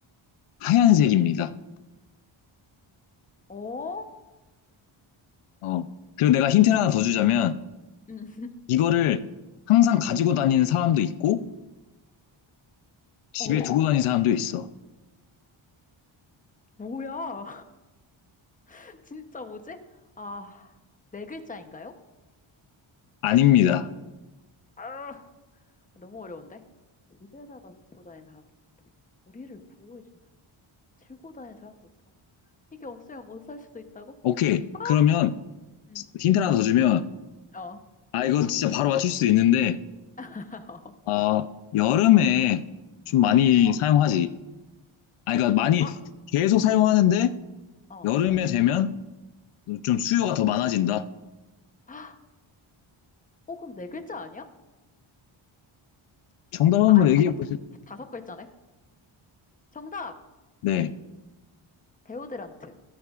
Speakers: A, on the left (about 85°); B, on the left (about 15°).
A: 하얀색입니다.
B: 어? 어?
A: 어. 그리고 내가 힌트를 하나 더 주자면,
B: 음,
A: 이거를 항상 가지고 다니는 사람도 있고, 집에
B: 어.
A: 두고 다니는 사람도 있어.
B: 뭐야? <laughs> 진짜 뭐지? 아, 네 글자인가요?
A: 아닙니다.
B: 아, 너무 어려운데? 집에다가 두고 다니는 사람도 있다고. 우리를 보호해준다고. 들고 다니는 사람도 있다고. 이게 없으면 못 살 수도 있다고?
A: 오케이,
B: 아!
A: 그러면
B: 음,
A: 힌트를 하나 더 주면,
B: 어.
A: 아, 이거 진짜 바로 맞출 수도 있는데,
B: <laughs>
A: 어 여름에 좀 많이
B: 어.
A: 사용하지. 아, 그러니까 많이
B: 아,
A: 계속 사용하는데,
B: 어.
A: 여름에 되면 좀 수요가 더 많아진다.
B: 아, 어, 그럼 네 글자 아니야?
A: 정답 한번
B: 아, 다,
A: 얘기해
B: 다,
A: 보세요.
B: 다- 다섯 글자네. 정답!
A: 네,
B: 데오드란트.